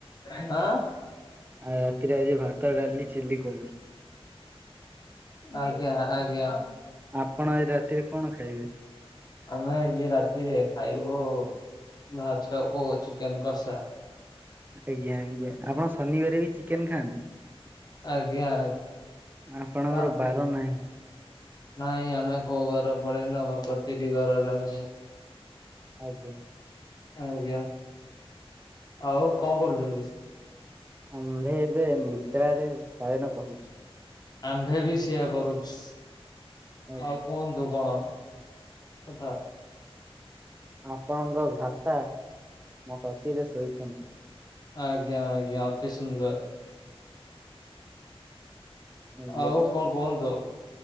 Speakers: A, on the left; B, on the right.
A: ଆଁ।
B: ଆଉ ରାତିରେ ଆଜି ଭାତ ଡାଲି। ଚିଲି କୋବି।
A: ଆଜ୍ଞା ଆଜ୍ଞା।
B: ଆପଣ ଆଜି ରାତିରେ କଣ ଖାଇବେ?
A: ଆମେ ଆଜି ରାତିରେ ଖାଇବୁ ଭାତ କୁ ଚିକେନ କଷା।
B: ଆଜ୍ଞା ଆଜ୍ଞା ଆପଣ ଶନିବାରେ ବି ଚିକେନ ଖାଆନ୍ତି।
A: ଆଜ୍ଞା
B: ଆପଣଙ୍କର
A: ଆଜ୍ଞା।
B: ବାର ନାହିଁ।
A: ନାଇଁ ଆମେ କୋଉ ଘରେ ପଳେଇଲୁ ଆମ ପ୍ରତିଟି ବାରରେ ଆମେ
B: ଆଜ୍ଞା।
A: ଆଜ୍ଞା ଆଉ କଣ କରୁଛନ୍ତି?
B: ଆମ୍ଭେ ଏବେ ନିଦ୍ରାରେ ଶୟନ କରୁଛୁ।
A: ଆମ୍ଭେ ବି ସେଇଆ କରୁଛୁ
B: ଆଜ୍ଞା।
A: ଆଉ କଣ ତୁ କଣ କଥା।
B: ଆପଣଙ୍କ ଭ୍ରାତା ମୋ କତିରେ ଶୋଇଚନ୍ତି।
A: ଆଜ୍ଞା ଆଜ୍ଞା ଅତି ସୁନ୍ଦର।
B: ଆଜ୍ଞା।
A: ଆଉ କଣ କୁହନ୍ତୁ?